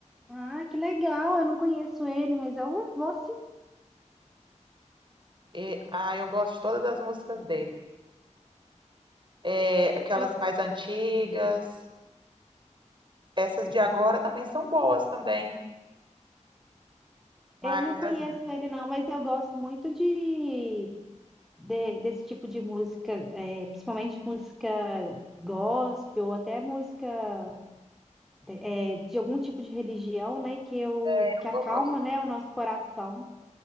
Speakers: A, in the centre; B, on the right.
A: Ah, que legal. Eu não conheço ele, mas eu vou sim.
B: E, ah, eu gosto de todas as músicas dele. É, aquelas
A: Eu,
B: mais antigas, essas de agora também são boas também. Mas
A: eu não conheço
B: as,
A: ele não, mas eu gosto muito de, de- desse tipo de música, é, principalmente música gospel ou até música é, de algum tipo de religião, né? Que eu,
B: é, eu
A: que acalma,
B: gosto.
A: né, o nosso coração.